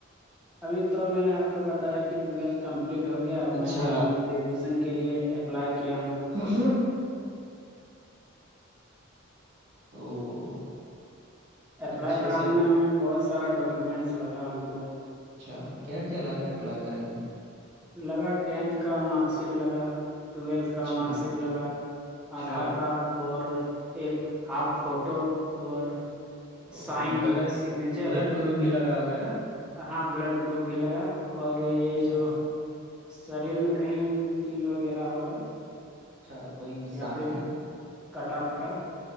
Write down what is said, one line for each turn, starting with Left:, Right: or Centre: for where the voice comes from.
Centre: ابھی تو میں نے آپ کو بتایا کہ ٹویلتھ کمپلیٹ ہو گیا اب
Right: اچھا
Centre: میں نے گریجویشن کے لیے اپلائی کیا ہوں
Right: اور او
Centre: اپلائی
Right: اچھے
Centre: کرانے
Right: سے
Centre: میں بہت سارا ڈاکیومنٹس لگا ہم کو
Right: اچھا کیا کیا لگا اپلائی کرا
Centre: لگا ٹینتھ کا مارک شیٹ لگا ٹویلتھ کا
Right: اچھا
Centre: مارک شیٹ لگا
Right: اچھا
Centre: آدھار کارڈ اور ایک ہاف فوٹو اور
Right: او
Centre: sign
Right: blood
Centre: signature
Right: blood group بھی لگا ہوگا ہے نا
Centre: ہاں بلڈ گروپ بھی لگا اور یہ
Right: اچھا
Centre: جو شریر میں کہیں تیل وغیرہ ہوگا
Right: اچھا کوئی نشان
Centre: یا پھر
Right: ہے نا
Centre: کٹا فٹا